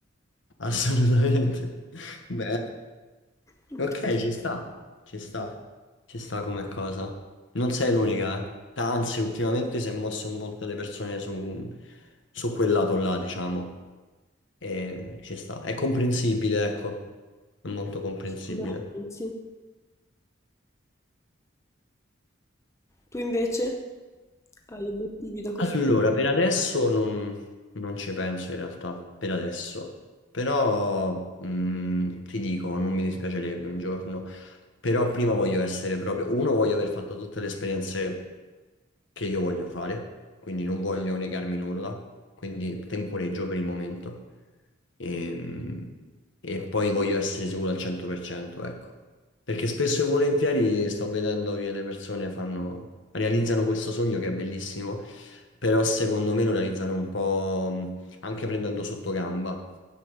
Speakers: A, on the left; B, on the left.
A: Assolutamente. <laughs> Beh,
B: Tu
A: ok, ci sta, ci sta, ci sta come cosa. Non sei l'unica, eh. Anzi, ultimamente si è mosso molte le persone su, su quel lato là, diciamo. E ci sta. È comprensibile, ecco. È molto comprensibile.
B: cosa ne pensi? Tu invece hai obiettivi da questo?
A: Allora, per adesso non, non ci penso in realtà, per adesso. Però mh, ti dico, non mi dispiacerebbe un giorno. Però prima voglio essere proprio... Uno, voglio aver fatto tutte le esperienze che io voglio fare, quindi non voglio negarmi nulla, quindi temporeggio per il momento. Ehm, E, poi voglio essere sicuro al 100%, ecco. Perché spesso e volentieri sto vedendo che le persone fanno, realizzano questo sogno che è bellissimo però secondo me lo realizzano un po' mh, anche prendendo sotto gamba